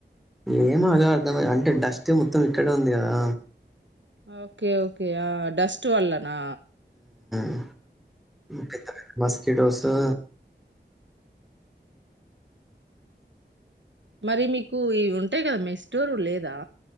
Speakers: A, in the centre; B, on the right (about 80°).
A: ఏంగ అర్థం అంటే డస్ట్ మొత్తం ఇక్కడే ఉంది కదా
B: ఓకే ఓకే ఆ డస్ట్ వళ్ళనా
A: అ పె మ కె డోసు
B: మరి మీకు ఇవి ఉంటాయి కదా మస్టోరు లేదా